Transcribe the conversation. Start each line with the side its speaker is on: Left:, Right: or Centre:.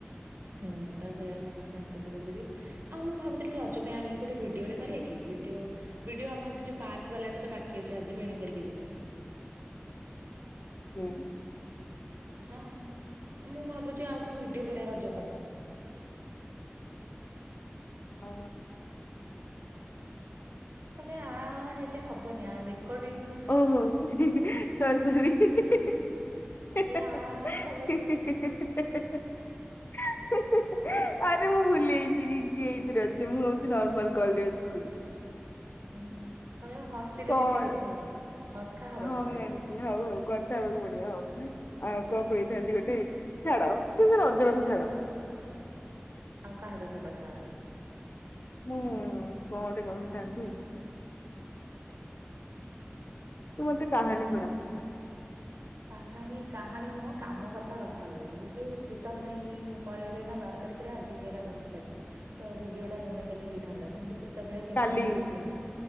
Right: ହୁଁ ତ ସେଇଆ ଭାବୁଚି ତାଙ୍କ ସହିତ ଯିବି। ଆଉ ମୁଁ ଭାବୁଥିଲି ରଜ ପାଇଁ ଆମେ ଗୋଟେ ଭିଡିଓ ଟେ କରିବା କି ଭିଡିଓ ଭିଡିଓ ଆମର ସେ ଯୋଉ ପାର୍କ ବାଲା ଟେ ତ ବାକି ଅଛି ଆଜି ବେଣୀ କରିକି ଯିବା।
Left: ହୁଁ।
Right: ହଁ ମୁଁ ଭାବୁଚି ଆଉ କଣ ଭିଡିଓ କରିବା ରଜ ପାଇଁ।
Left: ଆ
Right: ତମେ ଆ ଆ ହେଲେ ହବନି ଆ ରେକର୍ଡିଙ୍ଗ୍
Left: ଓହୋ ସରି ସରି। <unintelligible> ଆରେ
Right: ଆ
Left: ମୁଁ
Right: ହବ ଥୋଡି
Left: ଭୁଲି ଯାଇଚି କି ଏଇଥିରେ ଅଛି, ମୁଁ ଭାବୁଚି ନର୍ମାଲ କଲରେ ଅଛି ବୋଲି। ହଁ <unintelligible>
Right: ହୁଁ ତମେ ହସିଲେ
Left: କଣ
Right: ବି ସେ କିଛି ହବନି। କଥା ହବାକୁ
Left: ହଁ ମୁଁ
Right: ପଡିବ
Left: ଜାଣିଚି। ହଉ ହଉ କଥା ହେବାକୁ ପଡ଼ିବ ନେଇ, ଆଉ କଣ କହିଥାନ୍ତି ଗୋଟେ ଛାଡ ସେ ସେ ରଜ କଥା ଛାଡ।
Right: ଆଉ କାହା କଥା କଥା ହବା?
Left: ମୁଁ କଁ ଗୋଟେ କହିଥାନ୍ତି। ତୁ ମୋତେ କାହାଣୀ ଶୁଣା।
Right: କାହାଣୀ କାହାଣୀ ନୁହଁ କାମ କଥା କଥା ହୁଏ ଏ ଯୋଉ ଶ୍ରୀତମ ଭାଇ ପଳେଇବେ ନା ବାର ତାରିଖରେ ଆଜି ହେଇଗଲା ଦଶ ତାରିଖ। ତ ଭିଡିଓ ଟା ବନେଇ ଦେେଲେ ହେଇଥାନ୍ତା କିନ୍ତୁ କେ ତେବେଳେ କେମିତି
Left: କାଲି
Right: ମୁ କିଛି ଯା